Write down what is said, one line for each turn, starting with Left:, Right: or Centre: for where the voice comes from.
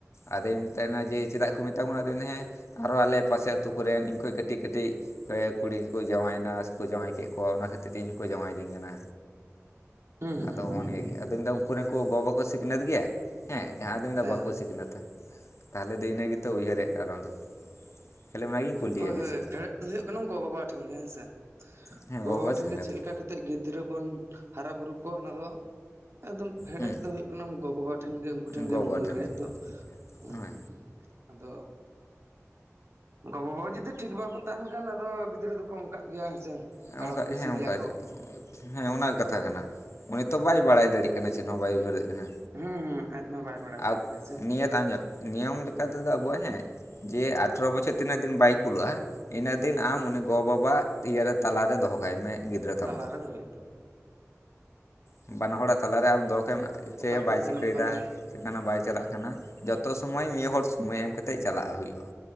Left: ᱟᱫᱚᱭ ᱢᱮᱛᱟᱭ ᱠᱟᱱᱟ ᱡᱮ ᱪᱮᱫᱟᱜ ᱠᱚ ᱢᱮᱛᱟᱢᱟ ᱟᱫᱚ ᱢᱮᱱᱫᱟ ᱦᱮᱸ ᱟᱨᱚ ᱟᱞᱮ ᱯᱟᱥᱮ ᱟᱹᱛᱩ ᱠᱚᱨᱮᱱ ᱤᱧᱠᱷᱚᱭ ᱠᱟᱹᱴᱤᱜ ᱠᱟᱹᱴᱤᱜ ᱠᱩᱲᱤ ᱠᱚᱠᱚ ᱡᱟᱶᱟᱭᱱᱟ ᱥᱮᱠᱚ ᱡᱟᱶᱟᱭ ᱠᱮᱫ ᱠᱚᱣᱟ ᱚᱱᱟ ᱠᱷᱟᱹ ᱛᱤᱨ ᱤᱧ ᱦᱚᱸᱠᱚ ᱡᱟᱶᱟᱭᱤᱫᱤᱧ ᱠᱟᱱᱟ
Right: ᱦᱩᱸ ᱦᱩᱸ
Left: ᱟᱫᱚᱜᱼᱱᱤᱭᱟᱹ ᱜᱮ ᱟᱫᱚ ᱢᱮᱱᱫᱟ, ᱩᱱᱠᱚᱨᱮᱱ ᱠᱚ ᱜᱚᱜᱚ ᱠᱚ ᱥᱤᱠᱷᱱᱟᱹᱛ ᱜᱮᱭᱟ ᱦᱮᱸ ᱡᱟᱦᱟᱸ ᱟᱫᱚ ᱢᱮᱱᱫᱟ ᱵᱟᱠᱚ
Right: ᱦᱮᱸ
Left: ᱥᱤᱠᱷᱱᱟᱹᱛᱟ᱾ ᱛᱟᱦᱚᱞᱮ ᱫᱟᱹᱭᱱᱟᱹ ᱜᱮᱛᱚ ᱩᱭᱦᱟᱹᱨᱮᱜ <unintelligible> ᱫᱚ, ᱠᱷᱟᱹᱞᱤ ᱚᱱᱟᱜᱤᱧ ᱠᱩᱞᱤᱭᱮᱭᱟ
Right: ᱦᱳᱭ
Left: ᱵᱮᱥᱤ
Right: ᱦᱳᱭ ᱯᱷᱮᱰᱮᱫ ᱫᱚ ᱦᱩᱭᱩᱜ ᱠᱟᱱᱟ ᱜᱚᱼᱵᱟᱵᱟ ᱴᱷᱮᱱ ᱜᱮ ᱦᱮᱸᱥᱮ᱾
Left: ᱦᱮᱸ ᱜᱚᱼᱵᱟᱵᱟ
Right: ᱜᱚ-ᱵᱟᱵᱟ
Left: ᱥᱤᱠᱷᱱᱟᱹᱛᱚᱜ
Right: ᱴᱷᱮᱱ ᱜᱮ ᱪᱮᱫᱞᱮᱠᱟ ᱠᱟᱛᱮᱫ ᱜᱤᱫᱽᱨᱟᱹ ᱵᱚᱱ ᱦᱟᱨᱟ ᱵᱩᱨᱩ ᱠᱚᱣᱟ ᱚᱱᱟ ᱫᱚ, ᱮᱠᱫᱚᱢ ᱯᱷᱮᱰᱮᱫ
Left: ᱦᱩᱸ
Right: ᱫᱚ ᱦᱩᱭᱩᱜ ᱠᱟᱱᱟ ᱜᱚᱜᱚᱵᱟ, ᱴᱷᱮᱱ ᱜᱮ ᱩᱱᱠᱩ ᱴᱷᱮᱱ
Left: ᱜᱚ
Right: ᱜᱮ ᱢᱩᱞ
Left: ᱵᱟᱵᱟ ᱴᱷᱮᱱ
Right: ᱨᱮᱦᱮᱫ ᱫᱚ
Left: ᱜᱮ
Right: ᱦᱩᱸ ᱦᱩᱸ ᱟᱫᱚ, ᱜᱚ-ᱵᱟᱵᱟ ᱡᱩᱫᱤ ᱴᱷᱤᱠ ᱵᱟᱠᱚ ᱛᱟᱦᱮᱱ ᱠᱷᱟᱱ ᱟᱫᱚ ᱜᱤᱫᱽᱨᱟᱹ ᱫᱚᱠᱚ ᱚᱱᱠᱟᱜ ᱜᱮᱭᱟ ᱦᱮᱸᱥᱮ
Left: ᱦᱮᱸ
Right: ᱛᱟᱲᱟᱢ
Left: ᱚᱱᱠᱟ
Right: ᱵᱮᱥᱤ
Left: ᱦᱮᱸ
Right: ᱜᱮᱭᱟ
Left: ᱚᱱᱠᱟ
Right: ᱠᱚ᱾
Left: ᱦᱮᱸ ᱚᱱᱟ ᱠᱟᱛᱷᱟ ᱠᱟᱱᱟ ᱩᱱᱤ ᱛᱚ ᱵᱟᱭ ᱵᱟᱲᱟᱭ ᱫᱟᱲᱮᱭᱟᱜ ᱠᱟᱱᱟ ᱪᱮᱫ ᱦᱚ ᱵᱟᱭ ᱩᱭᱦᱟᱹᱨ ᱫᱟᱲᱮᱭᱟᱜ ᱠᱟᱱᱟ᱾
Right: ᱦᱩᱸ ᱦᱩᱸ ᱟᱡ ᱢᱟ ᱵᱟᱭ, ᱵᱟᱲᱟᱭ
Left: ᱟᱵ
Right: ᱫᱟᱲᱮᱭᱟᱜ ᱠᱟᱱᱟ ᱥᱮ
Left: ᱱᱤᱭᱟᱹᱛᱟ ᱧᱚᱜ, ᱱᱤᱭᱚᱢ ᱞᱮᱠᱟᱛᱮᱫᱚ ᱟᱵᱚᱭ ᱦᱮᱸ ᱡᱮ ᱟᱴᱷᱨᱚ ᱵᱚᱪᱷᱚᱨ ᱛᱤᱱᱟᱹᱜ ᱫᱤᱱ ᱵᱟᱭ ᱠᱩᱞᱟᱹᱜᱼᱟ ᱤᱱᱟᱹᱜ ᱫᱤᱱ, ᱟᱢ
Right: ᱦᱮᱸ
Left: ᱩᱱᱤ ᱜᱚ-ᱵᱟᱵᱟ ᱤᱭᱟᱹᱨᱮ ᱛᱟᱞᱟᱨᱮ ᱫᱚᱦᱚ ᱠᱟᱭ ᱢᱮ᱾ ᱜᱤᱫᱽᱨᱟᱹ ᱛᱟᱢ
Right: ᱛᱟᱞᱟᱨᱮ
Left: ᱫᱚ
Right: ᱫᱚᱦᱚᱭ ᱦᱩᱭᱩᱜ ᱛᱟᱢᱟ ᱦᱮᱸ,
Left: ᱦᱮᱸ ᱵᱟᱱᱟ ᱦᱚᱲᱟᱜ ᱛᱟᱞᱟᱨᱮ ᱟᱢ ᱫᱚᱦᱚ ᱠᱟᱭᱢᱮ ᱪᱮᱜ
Right: ᱚᱠᱟᱛᱮ
Left: ᱵᱟᱭ
Right: ᱥᱮᱱᱚᱜ
Left: ᱪᱤᱠᱟᱹᱭ
Right: ᱠᱟᱱᱟ
Left: ᱫᱟ ᱪᱮᱫᱞᱮᱠᱟᱱᱟᱜ ᱵᱟᱭ ᱪᱟᱞᱟᱜ
Right: ᱦᱩᱸ
Left: ᱠᱟᱱᱟ, ᱱᱟ, ᱡᱚᱛᱚ ᱥᱚᱢᱚᱭ ᱢᱤᱫ ᱦᱚᱲ ᱥᱚᱢᱚᱭ ᱮᱢ ᱠᱟᱛᱮᱜ ᱪᱟᱞᱟᱜ ᱦᱩᱭᱩᱜᱼᱟ᱾